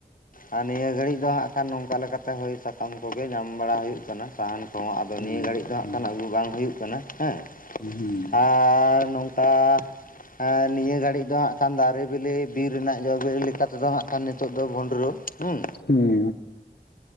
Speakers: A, on the left; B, on the left.
A: ᱟᱨ ᱱᱤᱭᱟᱹ ᱜᱷᱟᱹᱲᱤᱡ ᱫᱚ ᱦᱟᱸᱜ ᱠᱷᱟᱱ ᱱᱚᱝᱠᱟ ᱞᱮᱠᱟᱛᱮ ᱦᱳᱭ ᱥᱟᱠᱟᱢ ᱠᱚᱜᱮ ᱧᱟᱢ ᱵᱟᱲᱟ ᱦᱩᱭᱩᱜ ᱠᱟᱱᱟ ᱥᱟᱦᱟᱱ ᱠᱚ ᱟᱫᱚ
B: ᱦᱩᱸ
A: ᱱᱤᱭᱟᱹ ᱜᱷᱟᱹᱲᱤᱡ ᱫᱚ
B: ᱦᱩᱸ
A: ᱦᱟᱜ ᱠᱷᱟᱱ ᱟᱹᱜᱩ ᱵᱟᱝ ᱦᱩᱭᱩᱜ ᱠᱟᱱᱟ ᱦᱮᱸ
B: ᱦᱩᱸ
A: ᱟᱨ ᱱᱚᱝ ᱟᱨ ᱱᱤᱭᱟᱹ ᱜᱷᱟᱹᱲᱤᱡ ᱫᱚ ᱦᱟᱸᱜ ᱠᱷᱟᱱ ᱫᱟᱨᱮ ᱵᱤᱞᱤ ᱵᱤᱨ ᱨᱮᱱᱟᱜ ᱡᱚ-ᱵᱤᱞᱤ ᱞᱮᱠᱟᱛᱮᱫᱚ ᱦᱟᱸᱜ ᱠᱷᱟᱱ ᱱᱤᱛᱚᱜ ᱫᱚ ᱵᱷᱸᱰᱨᱟᱹ ᱦᱩᱸ᱾
B: ᱦᱩᱸ